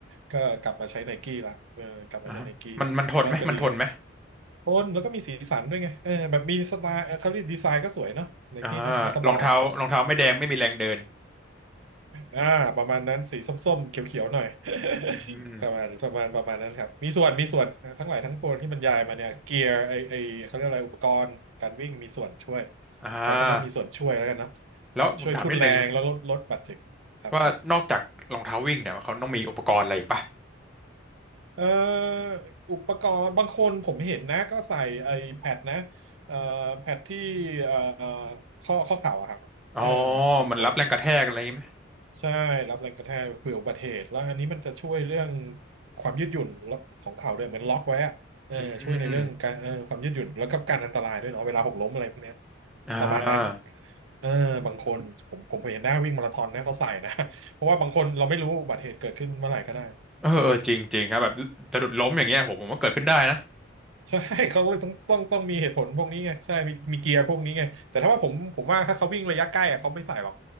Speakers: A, on the right; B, in the centre.
A: ก็กลับมาใช้ไนกี้ละเออกลับมาใช้ไนกี้
B: อ่ามันมันทนไหมมันทนไหม
A: ก็ก็ดีครับโทนแล้วก็มีสีสันด้วยไงเออแบบมีสไตล์เออเขาเรียกดีไซน์ก็สวยเนาะไนกี้เนาะแล้วก็เบา
B: อ่ารองเท้ารองเท้าไม่แดงไม่มีแรงเดิน
A: อ่าประมาณนั้นสีส้มๆเขียวๆหน่อย <laughs>
B: อืม
A: ประมาณประมาณประมาณนั้นครับมีส่วนมีส่วนทั้งหลายทั้งปวงที่บรรยายมาเนี่ยเกียร์ไอไอเขาเรียกอะไรอุปกรณ์การวิ่งมีส่วนช่วย
B: อ่า
A: ใช้คำว่ามีส่วนช่วยแล้วกันเนาะ
B: แล้วผมถามนิดนึง
A: ช่วยทุ่นแรงแล้วลดลดบาดเจ็บครับครับ
B: ว่านอกจากรองเท้าวิ่งเนี่ยเขาต้องมีอุปกรณ์อะไรอีกปะ
A: เอ่ออุปกรณ์บางคนผมเห็นนะก็ใส่ไอแพดนะเอ่อแพดที่เอ่อข้อข้อเข่าอะครับเออ
B: อ๋อ
A: บางคน
B: มันรับแรงกระแทกอะไรอย่างงี้ไหม
A: ใช่รับแรงกระแทกเผื่ออุบัติเหตุแล้วอันนี้มันจะช่วยเรื่องความยืดหยุ่นของเข่าด้วยเหมือนล็อกไว้อะเออช่วยในเรื่องการเออความยืดหยุ่นแล้วก็การอันตรายด้วยเนาะเวลาหกล้มอะไรพวกเนี้ย
B: อืมอ่า
A: ประมาณนั้นเออบางคนผมผมเคยเห็นหน้าวิ่งมาราธอนนะเขาใส่นะ <laughs> เพราะว่าบางคนเราไม่รู้อุบัติเหตุเกิดขึ้นเมื่อไหร่ก็ได้
B: เออเออจริงจริงครับแบบสะดุดล้มอย่างเงี้ยผมผมว่าเกิดขึ้นได้นะ
A: จริงไหม ใช่ <laughs> เขาเลยต้องต้องต้องมีเหตุผลพวกนี้ไงใช่มีมีเกียร์พวกนี้ไงแต่ถ้าว่าผมผมว่าถ้าเขาวิ่งระยะใกล้อะเขาไม่ใส่หรอก